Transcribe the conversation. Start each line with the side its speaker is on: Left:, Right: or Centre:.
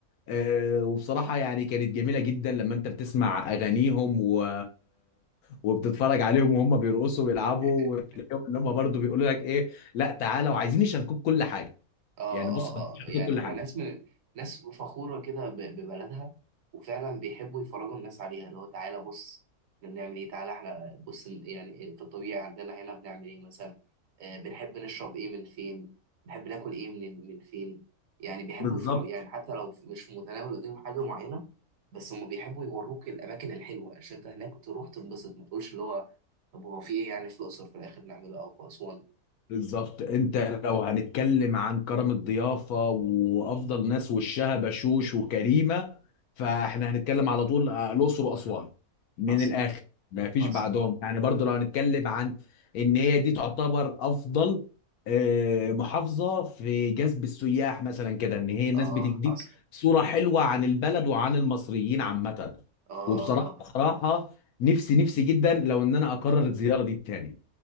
Left: آه، وبصراحة يعني كانت جميلة جدا لما انت بتسمع اغانيهم و... وبتتفرج عليهم وهم بيرقصوا ويلعبوا
Right: <laughs>
Left: وتلاقيهم ان هم برضه بيقولوا لك ايه لا تعالى وعايزين يشاركوك كل حاجة
Right: اه
Left: يعني بص
Right: اه
Left: عايزين يشاركوك
Right: اه يعني
Left: كل
Right: هما
Left: حاجة
Right: ناس من ناس فخورة كده ب- ببلدها وفعلا بيحبوا يفرجوا الناس عليها اللي هو تعالى بص احنا بنعمل ايه تعالى احنا بص ال- يعني في الطبيعي عندنا هنا بنعمل ايه مثلا آه بنحب نشرب ايه من فين بنحب ناكل ايه من من فين يعني بيحبوا
Left: بالظبط
Right: يفرجوا يعني حتى لو مش في متناول ايديهم حاجة معينة بس هما بيحبوا يوروك الأماكن الحلوة عشان أنت هناك تروح تنبسط ما تقولش اللي هو طب هو في إيه يعني في الأقصر في الآخر نعمله أو في أسوان
Left: بالظبط انت لو هنتكلم عن كرم الضيافه وافضل ناس وشها بشوش وكريمه فاحنا هنتكلم على طول آه، الاقصر واسوان من
Right: حصل
Left: الاخر ما فيش
Right: حصل
Left: بعدهم يعني برضو لو هنتكلم عن ان هي دي تعتبر افضل آه، محافظه في جذب السياح مثلا كده ان هي الناس
Right: آه
Left: بتديك
Right: حصل
Left: صوره حلوه عن البلد وعن المصريين عامه
Right: اه اه
Left: وبصراحه
Right: اه
Left: بصراحه نفسي نفسي جدا لو ان انا اقرر الزياره دي تاني